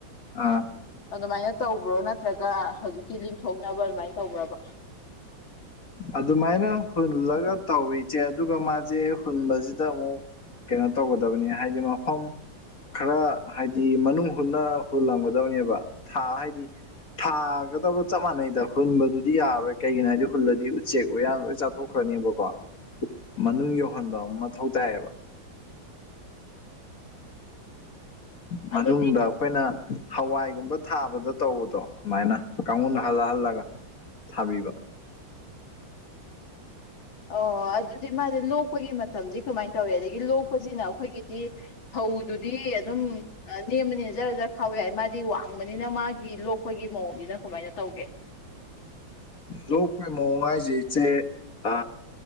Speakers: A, on the left; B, on the left.
A: ꯑꯥ
B: ꯑꯗꯨꯃꯥꯏꯅ ꯇꯧꯕ꯭ꯔꯣ ꯅꯠꯇ꯭ꯔꯒ ꯍꯧꯖꯤꯛꯀꯤ ꯂꯤꯡꯊꯣꯛꯅꯕ ꯑꯗꯨꯃꯥꯏꯅ ꯇꯧꯕ꯭ꯔꯕ
A: ꯑꯗꯨꯃꯥꯏꯅ ꯍꯨꯜꯂꯒ ꯇꯧꯋ ꯏꯆꯦ ꯑꯗꯨꯒ ꯃꯥꯁꯦ ꯍꯨꯟꯕꯁꯤꯗ ꯑꯃꯨꯛ ꯀꯩꯅꯣ ꯇꯧꯒꯗꯕꯅꯤ ꯍꯥꯏꯗꯤ ꯃꯐꯝ ꯈꯔ ꯍꯥꯏꯗꯤ ꯃꯅꯨꯡ ꯍꯨꯟꯅ ꯍꯨꯜꯂꯝꯒꯗꯕꯅꯦꯕ ꯊꯥ ꯍꯥꯏꯗꯤ ꯊꯥꯒꯗꯕ ꯆꯞ ꯃꯥꯟꯅꯩꯗ ꯍꯨꯟꯕꯗꯨꯗꯤ ꯌꯥꯔꯣꯏ ꯀꯩꯒꯤꯅꯣ ꯍꯥꯏꯗꯤ ꯍꯨꯜꯂꯗꯤ ꯆꯦꯛ ꯎꯌꯥꯟ ꯂ ꯆꯥꯊꯣꯛꯈ꯭ꯔꯅꯦꯕꯀꯣ ꯃꯅꯨꯡ ꯌꯧꯍꯟꯕ ꯑꯃ ꯃꯊꯧ ꯇꯥꯏꯌꯦꯕ
B: <inaudible>
A: ꯃꯅꯤꯗꯥꯛ
B: ꯑꯗꯨ
A: ꯑꯩꯈꯣꯏꯅ ꯍꯋꯥꯏꯒꯨꯝꯕ ꯊꯥꯕꯗ ꯇꯧꯕꯗꯣ ꯑꯗꯨꯃꯥꯏꯅ ꯀꯥꯡꯈꯨꯗ ꯍꯜꯂ ꯍꯜꯂꯒ ꯊꯥꯕꯤꯕ
B: ꯑꯣ ꯑꯗꯨꯗꯤ ꯃꯥꯁꯦ ꯂꯣꯛꯄꯒꯤ ꯃꯇꯝꯗꯤ ꯀꯃꯥꯏꯅ ꯇꯧꯏꯤ ꯑꯗꯒꯤ ꯂꯣꯛꯄꯁꯤꯅ ꯑꯩꯈꯣꯏꯒꯤꯗꯤ ꯐꯧꯗꯨꯗꯤ ꯑꯗꯨꯝ ꯅꯦꯝꯕꯅꯤꯅ ꯖꯔ ꯖꯔ ꯈꯥꯎꯋ ꯍꯥꯏꯏ ꯃꯥꯗꯤ ꯋꯥꯡꯕꯅꯤꯅ ꯃꯥꯒꯤ ꯂꯣꯛꯄꯒꯤ ꯃꯑꯣꯡꯁꯤꯅ ꯀꯃꯥꯏꯅ ꯇꯧꯒꯦ <inaudible>
A: ꯂꯣꯄꯣꯏ ꯃꯑꯣꯉ ꯍꯥꯏꯖꯦ ꯏꯆꯦ ꯑ